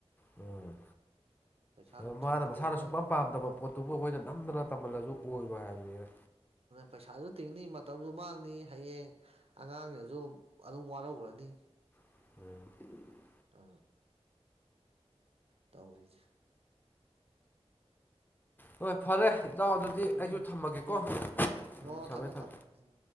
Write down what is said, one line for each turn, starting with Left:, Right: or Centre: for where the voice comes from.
Left: ꯎꯝ
Right: ꯄꯩꯁꯥ ꯅꯨꯡꯁꯥꯗꯨꯗꯤ
Left: ꯑꯣ ꯃꯥꯅ ꯃꯁꯥꯅ
Right: ꯑꯩꯈꯣꯏꯅ
Left: ꯁꯨꯡꯄꯝ ꯄꯥꯝꯗꯕ ꯄꯣꯠꯇꯨꯕꯨ ꯑꯩꯈꯣꯏꯅ ꯅꯝꯗꯅ ꯇꯝꯍꯜꯂꯁꯨ ꯑꯣꯏꯔꯣꯏ ꯍꯥꯏꯕꯅꯤꯅ
Right: ꯄꯩꯁꯥꯁꯨ ꯇꯤꯡꯅꯤ ꯃꯇꯝꯁꯨ ꯃꯥꯡꯅꯤ ꯍꯌꯦꯡ ꯑꯉꯥꯡꯅꯁꯨ ꯑꯗꯨꯝ ꯋꯥꯔꯈ꯭ꯔ ꯑꯅꯤ
Left: ꯎꯝ
Right: ꯑ ꯇꯧꯔꯤꯁ
Left: ꯍꯣꯏ ꯐꯔꯦ ꯏꯇꯥꯎ ꯑꯗꯨꯗꯤ
Right: ꯎꯝ
Left: ꯑꯩꯁꯨ ꯊꯝꯃꯒꯦꯀꯣ
Right: ꯎꯝ
Left: ꯎꯝ
Right: ꯑꯣ
Left: ꯊꯝꯃꯦ
Right: ꯊꯝꯃꯣ
Left: ꯊꯝꯃꯦ
Right: ꯊꯝꯃꯣ ꯎꯝ